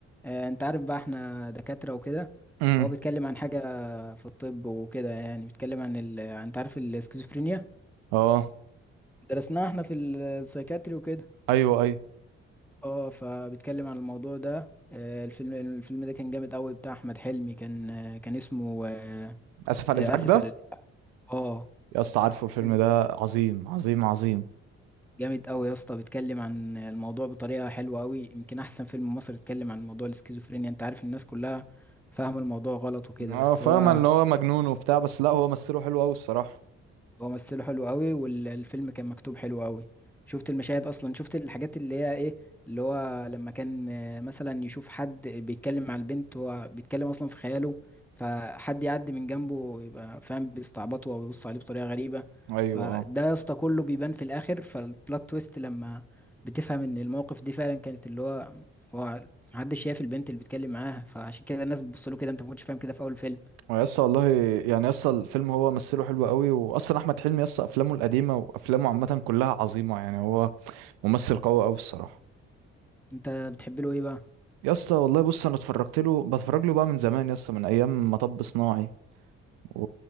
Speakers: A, in the centre; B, on the right.
A: آه انت عارف بقى احنا دكاتره وكده
B: امم
A: فهو بيتكلم عن حاجه في الطب وكده يعني بيتكلم عن ال... انت عارف السكيزوفرينيا
B: اه
A: درسناها احنا في السايكاتري وكده
B: ايوه ايوه
A: اه فبيتكلم عن الموضوع ده آه، الفيلم الفيلم ده كان جامد قوي بتاع احمد حلمي كان آه، كان اسمه آه،
B: اسف على
A: آه،
B: الازعاج
A: اسف
B: ده
A: على الإزعاج. اه
B: يا اسطى عارفه الفيلم
A: فيلم
B: ده عظيم عظيم عظيم
A: جامد قوي يا اسطى بيتكلم عن الموضوع بطريقه حلوه قوي يمكن احسن فيلم مصري اتكلم عن موضوع الاسكيزوفرينيا انت عارف الناس كلها فاهمه الموضوع غلط وكده
B: اه
A: بس
B: فاهم
A: هو
B: ان هو مجنون وبتاع بس لا هو مثله حلو قوي الصراحه
A: هو ممثله حلو قوي والفيلم كان مكتوب حلو قوي شفت المشاهد اصلا شفت الحاجات اللي هي ايه اللي هو لما كان آه، مثلا يشوف حد بيتكلم مع البنت هو بيتكلم اصلا في خياله فحد يعدي من جنبه يبقى فاهم بيستعبطه او بيبص عليه بطريقه غريبه
B: ايوه
A: فده
B: اه
A: يا اسطى كله بيبان في الاخر فالبلot تويست لما بتفهم ان المواقف دي فعلا كانت اللي هو هو محدش شايف البنت اللي بيتكلم معاها فعشان كده الناس بتبص له كده انت ما كنتش فاهم كده في اول فيلم
B: هو يا اسطى والله يعني يا اسطى الفيلم هو مثله حلو قوي واصلا احمد حلمي يا اسطى افلامه القديمه وافلامه عامه كلها عظيمه يعني هو ممثل قوي قوي الصراحه
A: انت بتحب له ايه بقى
B: يا اسطى والله بص انا اتفرجت له بتفرج له بقى من زمان يا اسطى من ايام مطب صناعي و...